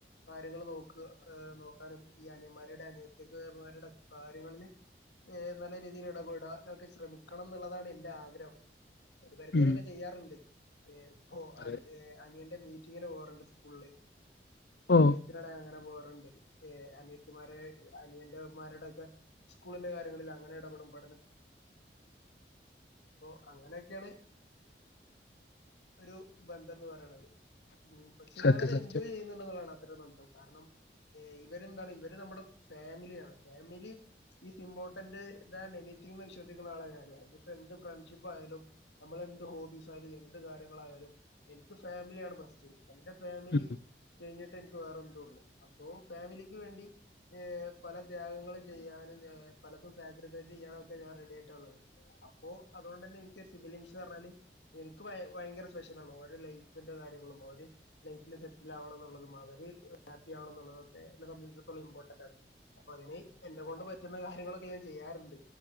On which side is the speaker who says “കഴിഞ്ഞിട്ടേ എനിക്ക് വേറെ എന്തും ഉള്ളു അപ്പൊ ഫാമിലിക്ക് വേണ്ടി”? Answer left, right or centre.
Left